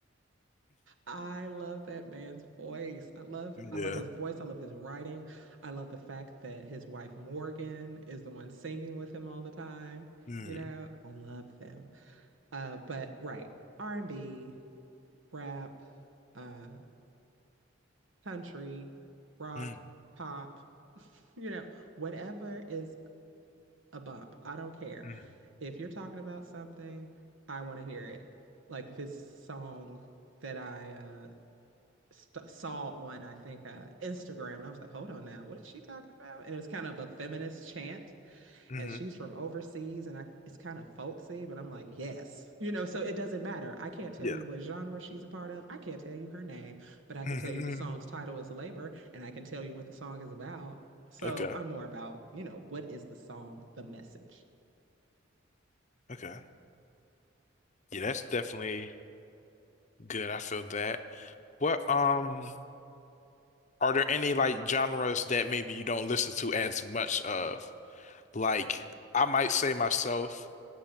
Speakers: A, on the right (about 70°); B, on the left (about 35°).
A: I love that man's voice. I love
B: Yeah.
A: I love his voice. I love his writing. I love the fact that his wife Morgan is the one singing with him all the time.
B: Mm.
A: You know, I love them. Uh, but right, R&B, rap, uh, country, rock,
B: Mm.
A: pop, <laughs> you know, whatever is a bump. I don't care.
B: Mm.
A: If you're talking about something, I want to hear it. Like this song that I uh st saw on I think uh Instagram and I was like, "Hold on now. What is she talking about?" And it was kind of a feminist chant
B: Hmm.
A: and she's from overseas and I it's kind of folksy, but I'm like, "Yes." You know, so it doesn't matter. I can't tell
B: Yeah.
A: you what genre she's a part of. I can't tell you her name, but I can
B: <laughs>
A: tell you the song's title is Labor and I can tell you what the song is about. So
B: Okay.
A: I'm more about, you know, what is the song, the message?
B: Okay. Yeah, that's definitely good. I feel that. What um are there any like genres that maybe you don't listen to as much of? Like I might say myself,